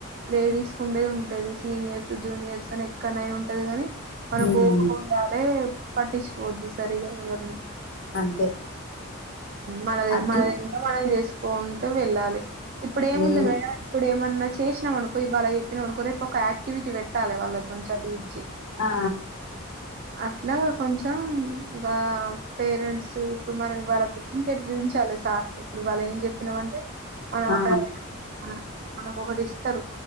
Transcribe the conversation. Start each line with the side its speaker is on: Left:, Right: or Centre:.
Right: లేడీస్ కు ఉండేది ఉం ఉంటది సీనియర్స్ జూనియర్స్ అని ఎక్కడనైనా ఉంటది గాని మన
Left: మ్మ్
Right: కోపం వినాలే పట్టించుకో వద్దు సరిగా ఎవరని.
Left: అంతే.
Right: మనది
Left: అట్ల
Right: మనదింకా మనం చేసుకుంటూ వెళ్ళాలి ఇప్పుడు ఏముంది
Left: నేను
Right: మేడం ఇప్పుడు ఏమన్నా చేసినాం అనుకో ఇవాళ చెప్పినాం అనుకో రేపు ఒక యాక్టివిటీ పె తాల వల్ల తోని చదివిచ్చి.
Left: ఆ
Right: అట్లా కొంచెం ఇక పేరెంట్స్ ఇప్పుడు మనం ఇవాళ పెట్టిన రేపు చూయించాలి సార్ కి ఇప్పుడు వాళ్ళ ఏం చెప్పినాం అంటే
Left: ఆ
Right: అక్కడగని మ మనకు ఒకటి ఇస్తారు.